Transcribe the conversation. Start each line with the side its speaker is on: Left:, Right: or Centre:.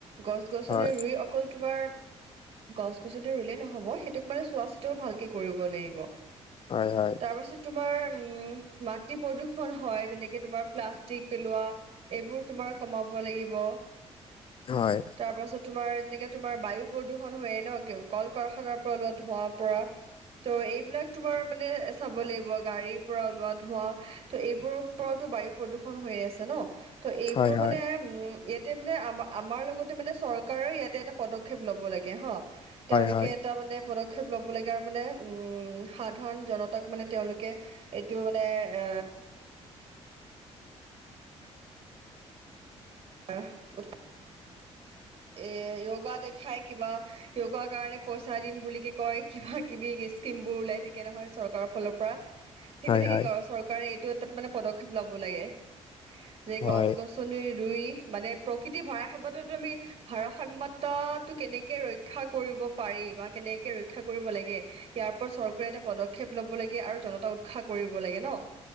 Right: গছ গছনি
Left: হয়
Right: ৰুই অকল তোমাৰ গছ গছনি ৰুলেই নহব সেইটোক মানে চোৱা চিতাও ভালকে কৰিব লাগিব
Left: হয় হয়
Right: তাৰ পাছত তোমাৰ উম মাটি প্ৰদূষন হয় যেনেকে তোমাৰ প্লাষ্টিক পেলোৱা এইবোৰ তোমাৰ কমাব লাগিব
Left: হয়
Right: তাৰপাছত তোমাৰ যেনেকে তোমাৰ বায়ু প্ৰদূষণ হয়ে ন কল কাৰখানাৰ পৰা ওলোৱা ধোঁৱাৰ পৰা ত এইবিলাক তোমাৰ মানে চাব লাগিব গাড়ীৰ পৰা ওলোৱা ধোঁৱা ত' এইবোৰৰ পৰাওতো বায়ু প্ৰদূষন হৈ আছে ন ত' এইবোৰ
Left: হয় হয় হয়
Right: মানে
Left: হয়
Right: উম ইয়াতে মানে আমাৰ আমাৰ লগতে মানে চৰকাৰৰ ইয়াতে এটা পদক্ষেপ লব লাগে হা তেওঁলোকে
Left: হয় হয়
Right: এটা মানে পদ পদক্ষেপ ল'ব লাগে আৰু মানে উম সাধাৰণ জনতাক মানে তেওঁলোকে এইটো মানে এ আহ উত এ য়গা দেখাই কিবা য়গাৰ কাৰনে পইচা দিম বুলি কি কয় কিবা কিবি স্কিম বোৰ ওলাই থাকে নহয় চৰকাৰৰ ফালৰ পৰা ঠিক
Left: হয়
Right: তেনেকে
Left: হয়
Right: চৰকাৰে এইটো এটা মানে পদক্ষেপ লব লাগে যে
Left: হয়
Right: গছ গছনি ৰুই মানে প্ৰকৃতি ভৰাসভ্যতো আমি ভাৰসাম্যতটো কেনেকে ৰক্ষা কৰিব পাৰি বা কেনেকে ৰক্ষা কৰিব লাগে ইয়াৰ ওপৰত চৰকাৰে এটা পদক্ষেপ লব লাগে আৰু জনতাক উৎসাহ কৰিব লাগে ন